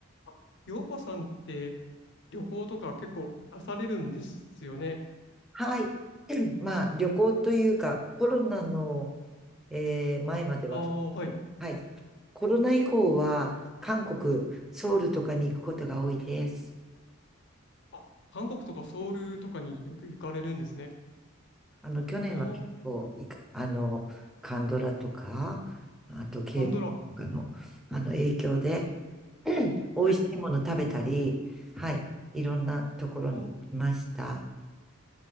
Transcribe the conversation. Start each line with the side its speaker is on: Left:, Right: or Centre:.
Left: あ、洋子さんって旅行とか結構なされるんですよね。
Centre: はい。<clears throat> まあ、旅行というか、コロナの、えー前までは、
Left: ああ、はい。
Centre: はい。コロナ以降は、韓国、ソウルとかに行くことが多いです。
Left: あ、韓国とかソウルとかによく行かれるんですね。
Centre: あの、去年は結構いく、
Left: おー、
Centre: あの、カンドラとか、あと k
Left: パンドラ。
Centre: p o とかの、あの、影響で、<clears throat> 美味しいもの食べたり、
Left: はい。
Centre: はい。いろんなところに来ました。
Left: あ、